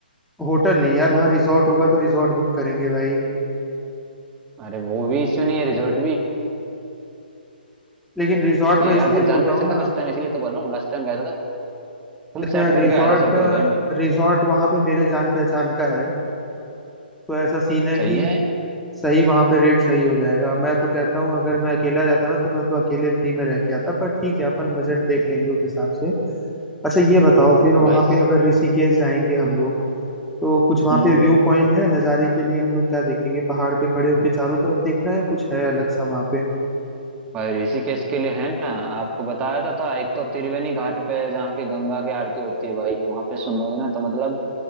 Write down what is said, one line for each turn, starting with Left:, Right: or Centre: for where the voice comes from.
Centre: होटल नहीं यार वहाँ रिजॉर्ट होगा तो रिजॉर्ट बुक करेंगे भाई
Right: अरे वो भी इश्यू नहीं है रिजॉर्ट भी
Centre: लेकिन रिजॉर्ट
Right: है
Centre: मैं
Right: यार
Centre: इसलिए
Right: भाई जान
Centre: बोल
Right: पहचान
Centre: रहा हूँ ना
Right: का लास्ट टाइम इसीलिए तो बोल रहा हूँ लास्ट टाइम गया था फुल
Centre: देखो
Right: सेट
Centre: यार रिजॉर्ट
Right: करके आया था सब कुछ भाई मैं
Centre: रिजॉर्ट वहाँ पे मेरे जान पहचान का है तो ऐसा सीन है
Right: सही
Centre: कि
Right: है
Centre: सही वहाँ पे रेट सही हो जाएगा मैं तो कहता हूँ अगर मैं अकेला जाता ना तो मैं तो अकेले फ्री में रह के आता पर ठीक है अपन बजट देख लेंगे उस हिसाब से अच्छा ये बताओ फिर वहाँ
Right: भाई
Centre: पे अगर ऋषिकेश जाएंगे हम लोग तो कुछ वहां
Right: हम्म
Centre: पे व्यू पॉइंट है नज़ारे के लिए हम लोग क्या देखेंगे पहाड़ पे खड़े होके चारों तरफ देखना है कुछ है अलग सा वहां पे
Right: भाई ऋषिकेश के लिए है ना आपको बताया तो था एक तो त्रिवेणी घाट पे है जहाँ की गंगा की आरती होती है भाई वहां पे सुनोगे ना तो मतलब